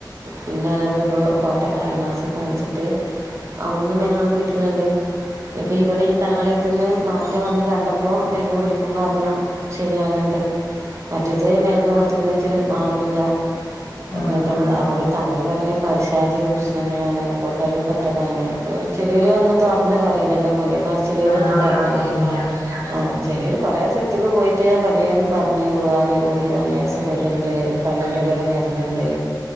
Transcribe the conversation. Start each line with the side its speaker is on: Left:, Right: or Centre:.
Right: പിന്നെ ഞങ്ങളിപ്പോ കോട്ടക്കൽ അൽമാസ് കാണിച്ചിട്ട് അവ്ട്ന്ന് മരുന്ന് കുടി ന്നുണ്ട് ഇക്ക് ഇവിടെ ഈ തങ്ങളെ ടുത്ത് ന്ന് മാറ്റം വന്ന് കണ്ടപ്പോ മെരുന്ന് കുടിക്കുമ്പോ അതും ശരിയക്ണ്ട് മറ്റേത് മരുന്ന് കൊടുത്തക്കണച്ചിട്ട് മാറൂല
Left: ആഹ്
Right: ന്നിട്ട് <unintelligible> തങ്ങല് പറയണ് പൈശാചിക പ്രശ്നങ്ങളാണ് പോക്ക് വരവിപെട്ടെതാണ് അപ്പോ ചിലര് ഒന്നും തുറന്ന് പറയില്ല മോലിയമാർ ചിലിയരൊന്നും
Left: അതെ
Right: തുറന്നറിയില്ല
Left: പറയൂല
Right: ആ ചിലിയർ കുറെേ സ്ഥലത്തേക്ക് പോയിട്ട് പലേതു പറഞ് റുഹാനി കൂടിയതാണ് സിഹ്ർണ്ട് പള്ളൻ്റെ ഉള്ളിൽ മരുന്ന്ണ്ട്